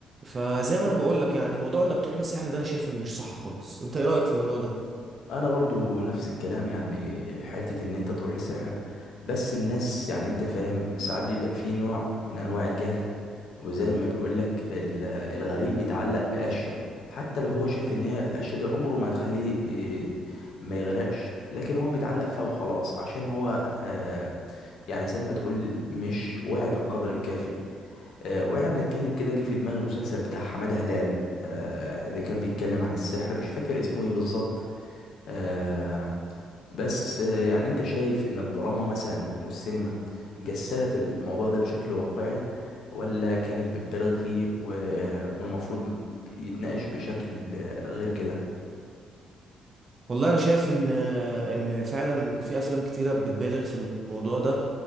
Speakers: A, on the right; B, on the left.
A: فزي ما انا بقول لك يعني موضوع انك تروح لساحر ده انا شايف انه مش صح خالص انت ايه رايك
B: أيوة.
A: في الموضوع ده
B: انا برضو نفس الكلام يعني حتة ان انت تروح لساحر بس الناس يعني انت فاهم ساعات بيبقى فيه نوع من انواع الجهل وزي ما بيقولك ال- الغريب بيتعلق بقشة حتى لو هو شايف ان هي القشة دي عمره ما هتخليه إيه، ما يغرقش لكن هو بيتعلق فيها وخلاص عشان هو آه، يعني زي ما تقول مش واعي بالقدر الكافي آه، واحنا بنتكلم كده جه في دماغي مسلسل بتاع حمادة هلال آه، اللي كان بيتكلم عن السحر مش فاكر اسمه ايه بالظبط آه بس آه يعني انت شايف ان الدراما مثلا والسينما جسدت الموضوع ده بشكل واقعي ولا كانت بتبالغ فيه و- آه، والمفروض يتناقش بشكل آه، غير كده
A: والله انا شايف ان اه، ان فعلا في افلام كتيره بتبالغ في الموضوع ده